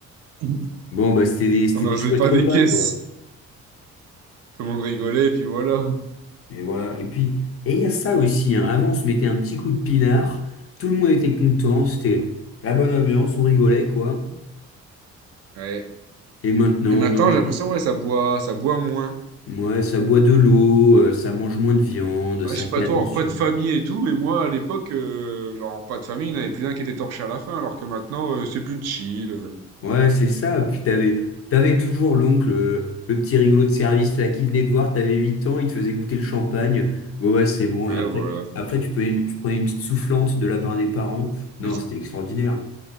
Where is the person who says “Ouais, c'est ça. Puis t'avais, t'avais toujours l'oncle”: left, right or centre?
Left